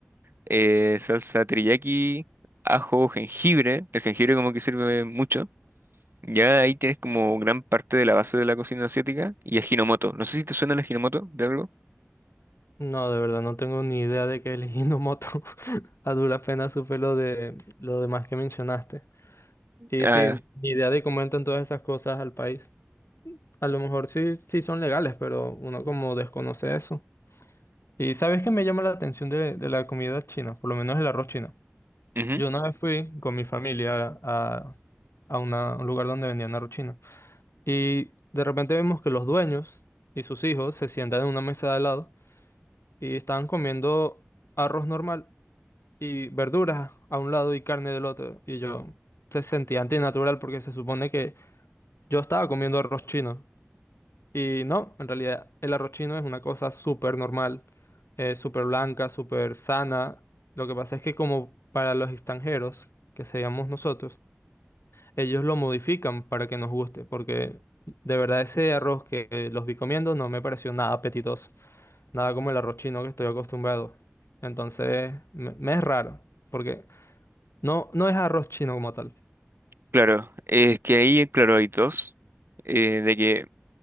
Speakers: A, on the right; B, on the left.
A: eh, salsa teriyaki, ajo, jengibre, el jengibre como que sirve mucho. Ya ahí tienes como gran parte de la base de la cocina asiática y ajinomoto. No sé si te suena el ajinomoto de algo.
B: No, de verdad, no tengo ni idea de qué es el Hinomoto. <laughs> A duras penas supe lo de lo demás que mencionaste. Y
A: Ah,
B: sí, ni idea de cómo entran todas esas cosas al país. A lo mejor sí, sí son legales, pero uno como desconoce eso. Y sabes que me llama la atención de, de la comida china, por lo menos el arroz chino.
A: ujú,
B: Yo una vez fui con mi familia a, a una- a un lugar donde vendían arroz chino. Y de repente vemos que los dueños y sus hijos se sientan en una mesa de al lado y estaban comiendo arroz normal y verduras a un lado y carne del otro. Y yo se sentía antinatural porque se supone que yo estaba comiendo arroz chino. Y no, en realidad el arroz chino es una cosa súper normal, eh, súper blanca, súper sana. Lo que pasa es que como para los extranjeros, que seríamos nosotros, ellos lo modifican para que nos guste, porque de verdad ese arroz que eh, los vi comiendo no me pareció nada apetitoso, nada como el arroz chino que estoy acostumbrado. Entonces, me, me es raro, porque no, no es arroz chino como tal.
A: claro, es que ahí, claro, hay dos. eh, de que